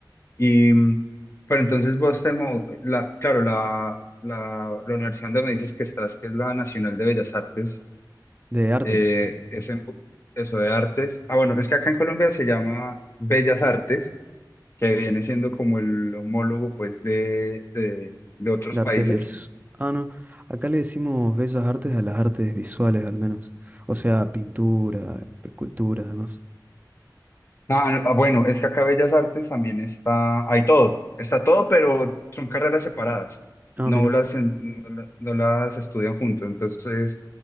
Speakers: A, on the left (about 35°); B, on the right (about 20°).
A: Y, mm, pero entonces vos te, mo- la, claro, la, la, la universidad donde me dices que estás, que es la Nacional de Bellas Artes,
B: De artes.
A: eh, es en- eso de artes. Ah, bueno, es que acá en Colombia se llama Bellas Artes que viene siendo como el homólogo pues de, de, de otros
B: De artes
A: países.
B: visuales. Ah, no. Acá le decimos bellas artes a las artes visuales, al menos. O sea, pintura, escultura, además.
A: Ah, no, ah, bueno, es que acá Bellas Artes también está, hay todo, está todo, pero son carreras separadas,
B: Ah,
A: no
B: mira.
A: las, en- no, la- no las estudian juntos, entonces,